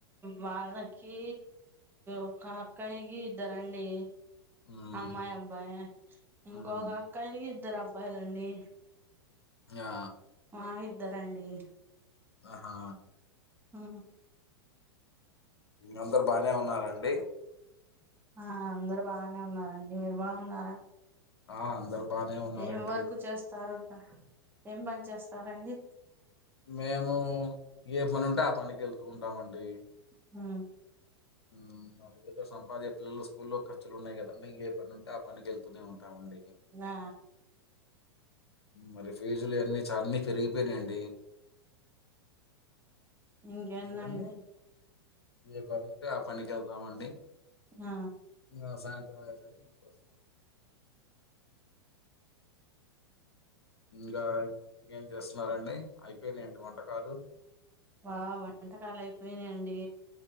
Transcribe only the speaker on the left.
మ్మ్
మ్మ్
ఆ
ఆహా
అందరు బానే ఉన్నార అండి
ఆ అందరు బానే ఉన్నారండి
మేము ఏ పని ఉంటే ఆ పనికి వెళ్తూ ఉంటామండి
ఉమ్ ఏదో <unintelligible> పిల్లలు స్కూల్లో లు ఉన్నాయి కదండి ఇంగ ఏ పని ఉంటె ఆ పనికి వెళ్తూనే ఉంటామండి
మరి ఫీజులు ఇయన్నీ అన్ని పెరిగిపోయినయండి
అందుకనే ఏ పని ఉంటే ఆ పనికి వెళ్తామండి
ఇంగ సాయంత్రం అయేసరికి ఇంటికి వస్తాం ఇంకా ఇంకేం చేస్తున్నారండి అయిపోయినయండి వంటకాలు